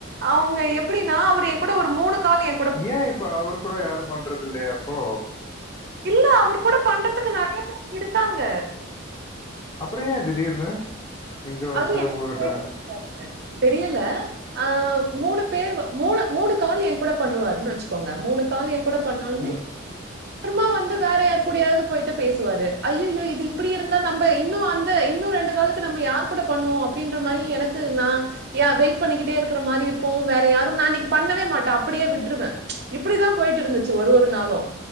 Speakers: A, on the right; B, on the left.
A: அவுங்க எப்புடின்னா அவரு எ கூட ஒரு மூணு காலு எ
B: ஏ இப்ப அவரு கூட யாரு பண்றதுல்லயா போ
A: இல்ல அவரு கூட பண்றதுக்கு நறைய பேர் இருக்காங்க
B: அப்பற ஏ திடீர்னு இங்க வந்துட்டு
A: அதும் எனக்கு
B: உங்ககிட்ட?
A: தெரியல தெரியல ஆ மூணு பேரு மூணு மூணு கால் எ கூட பண்ணுவாருன்னு வச்சுக்கோங்க மூணு காலு ஏ கூட பண்ணாலுமே
B: ம்.
A: அப்றமா வந்து வேற யார் கூடயாது போய்ட்டு பேசுவாரு ஐய்யய்யோ இது இப்டி இருந்தா நம்ப இன்னு அந்த இன்னு ரெண்டு காலுக்கு நம்ம யார் கூட பண்ணுவோ அப்டின்ற மாரி எனக்கு நா யா வெயிட் பண்ணிக்கிட்டே இருக்கற மாரி இருக்கு வேற யாரு நா இன்னைக்கி பண்ணவே மாட்டே அப்புடியே விட்டுருவ இப்டிதா போயிட்டு இருந்துச்சு ஒரு ஒரு நாளு